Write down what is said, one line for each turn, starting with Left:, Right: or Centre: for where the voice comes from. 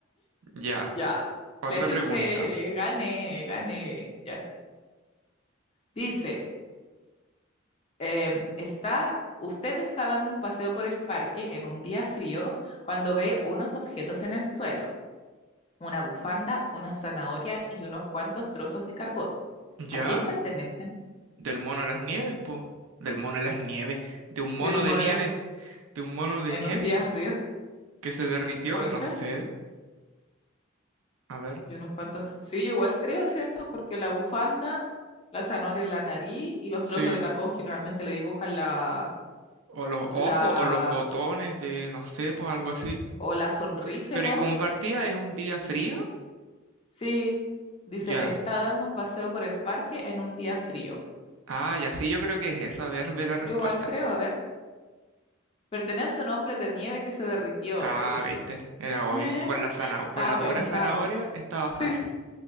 Right: Ya,
Left: Ya,
Right: otra
Left: le eché
Right: pregunta.
Left: un té, gané, gané. Ya. Dice. em, está, usted está dando un paseo por el parque en un día frío cuando ve unos objetos en el suelo, una bufanda, una zanahoria y unos cuantos trozos de carbón.
Right: Ya,
Left: ¿A quién pertenecen?
Right: del mono de las nieves, po. Del mono de las nieves. De un mono
Left: Del mono
Right: de nieve.
Left: la-
Right: De un mono de
Left: en
Right: nieve
Left: un día frío,
Right: que se derritió,
Left: puede
Right: no
Left: ser.
Right: sé. A ver.
Left: Y unos cuantos, sí, yo igual creo, ¿cierto? Porque la bufanda, la zanahoria en la nariz y los
Right: Sí.
Left: trozos de carbón generalmente le dibujan la,
Right: O los
Left: la,
Right: ojos o los botones de, no sé, pues algo así.
Left: o la sonrisa
Right: Pero
Left: igual.
Right: ¿y como partía es un día frío?
Left: Sí, dice,
Right: Ya.
Left: está dando un paseo por el parque en un día frío.
Right: Ah, ya sí, yo creo que es eso. A ver, ve la respuesta.
Left: Yo igual creo, a ver. Pertenece a un hombre de nieve que se derritió,
Right: Ah,
Left: sí.
Right: viste, era
Left: <laughs>
Right: obvio. Por la zanahoria,
Left: estaba
Right: por la
Left: bueno,
Right: pura zanahoria
Left: estaba bueno.
Right: estaba
Left: Sí,
Right: fácil.